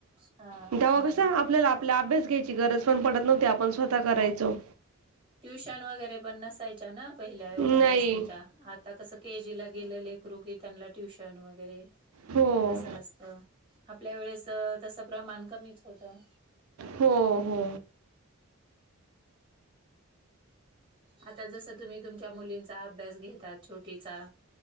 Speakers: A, on the right (about 25°); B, on the right (about 80°).
A: हां,
B: तेव्हां
A: हां.
B: कसं आपल्याला आपलां अभ्यास घ्यांयची गरजं पणं पडतं नव्हती आपणं स्वंतः करायचो.
A: ट्युंशन वगैरें पणं नसायच्यां नां पहिल्या एवढ्यां
B: नाही
A: जास्तीच्या आं आंता कसं के जी लां गेले लेकरु त्यांला ट्युशन वगैरें
B: हो
A: असं असं ते आपल्या वेळेसं तसं प्रमाणं कमीचं होतं.
B: हो हो.
A: आंता जसं तुम्हीं तुमच्या मुलींचा अभ्यास घेता छोटीचां.